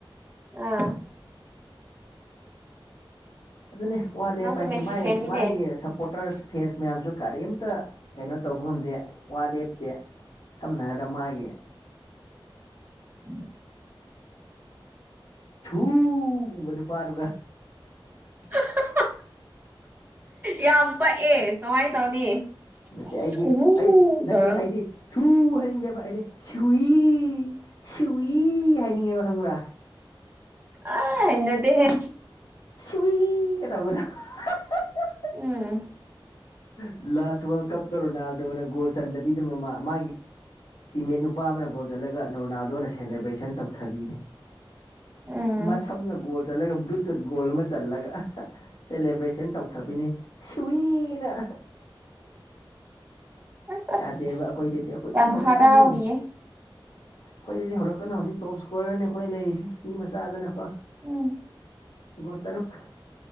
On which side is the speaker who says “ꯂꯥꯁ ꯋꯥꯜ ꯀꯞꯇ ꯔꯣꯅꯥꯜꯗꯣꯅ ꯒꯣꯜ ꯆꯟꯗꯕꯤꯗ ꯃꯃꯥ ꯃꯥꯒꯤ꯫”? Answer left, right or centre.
Left